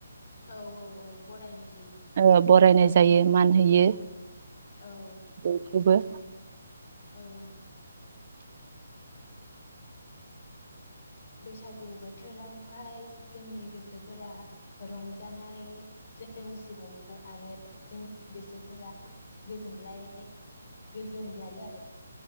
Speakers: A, on the left; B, on the right.
A: औ औ औ बरायनाय जायो
B: ओ बरायनाय जायो मान होयो।
A: औ
B: बयखौबो।
A: औ। बैसागु बोथोरावहाय जोंनि गोसोफोरा रंजानायजों उसिफावो आरो जोंनि गोसोफोरा गोजोनग्लाय गोजोनग्लायो आरो।